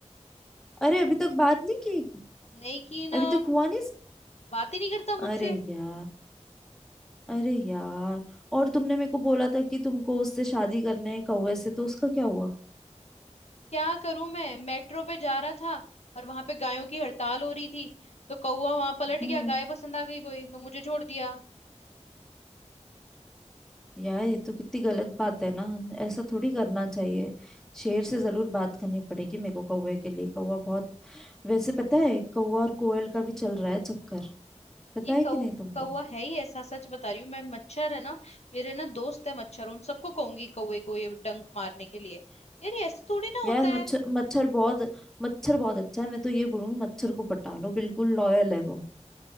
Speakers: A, in the centre; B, on the left.
A: अरे अभी तक बात नहीं की
B: नहीं कि ना
A: अभी तक हुआ नहीं
B: बात ही नहीं करता मुझसे
A: अरे यार अरे यार और तुमने मेरे को बोला था कि तुमको उससे शादी करने है कौवे से तो उसका क्या हुआ
B: क्या करूं मैं मेट्रो पे जा रहा था और वहां पे गायों की हड़ताल हो रही थी तो कौवा वहां पलट
A: हम्म
B: गया गाय पसंद आ गई कोई तो मुझे छोड़ दिया
A: यार ये तो कितनी गलत बात है ना ऐसा थोड़ी करना चाहिए शेर
B: ये
A: से जरूर बात करनी पड़ेगी मेरे को कौवे के लिए कौवा बहुत वैसे पता है कौवा और कोयल का भी चल रहा है चक्कर पता
B: ये
A: है
B: कौ
A: कि नहीं तुमको
B: कौवा है ही ऐसा सच बता रही हूँ मैं मच्छर है ना मेरे ना दोस्त है मच्छर उन सबको कहूंगी कौवे को ये डंक मारने के लिए यार ये ऐसे थोड़ी ना
A: यार
B: होता
A: मच्छर
B: है
A: मच्छर बहुत मच्छर बहुत अच्छा है मैं तो ये बोलूंगी मच्छर को पटा लो बिल्कुल लॉयल है वो